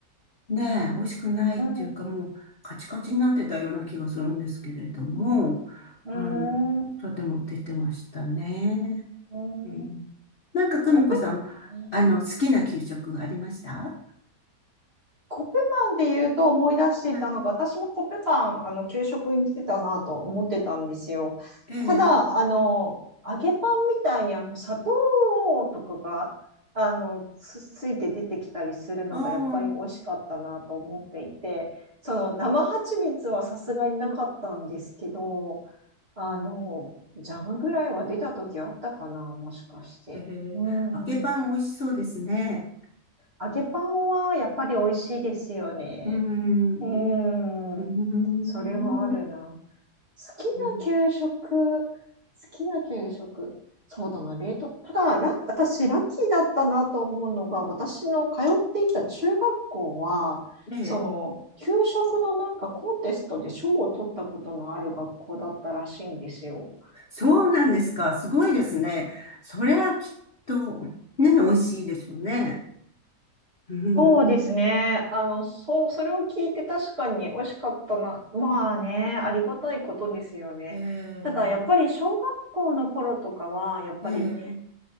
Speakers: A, on the left; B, on the right.
A: うねえ、美味しくないっていうかもうカチカチになってたような気がするんですけれども、
B: うん、うーん、
A: あの、
B: う
A: そうやって持って行ってましたね。
B: ーん。
A: うん、なんか久美子さん、
B: コッペパンね。
A: あの、好きな給食ありました
B: コッペパンで言うと思い出していたのが、
A: はい。
B: 私もコッペパン、あの、給食に出てたなと思ってたんですよ。
A: ええ。
B: ただ、あの、揚げパンみたいに、あの、砂糖とかが、あの、つ、ついて出てきたりするのが、
A: ああ、
B: やっぱり美味しかったなと思っていて、その、生蜂蜜はさすがになかったんですけど、あの、ジャムぐらいは出た時あったかな、もしかして。
A: ええ。
B: うん。
A: 揚げパン美味しそうですね。
B: 揚げパンはやっぱり美味しいですよね。
A: うーん。
B: うーん、
A: うーん。
B: それはあるな。好きな給食、
A: うん
B: 好きな給食、そうだな、冷凍。ただ、ラッ私、ラッキーだったなと思うのが、私の通っていた中学校は、
A: ええ、
B: その、給食のなんかコンテストで賞を取ったことのある学校だったらしいんですよ。
A: そうなんですか。すごいですね。それはきっと、ね、美味しいでしょうね。うん。
B: そうですね。あの、そう、それを聞いて確かに美味しかったな。まあね、ありがたいことですよね。
A: え
B: ただ、やっぱり小学校の頃とかは、やっぱり、
A: え、ええ、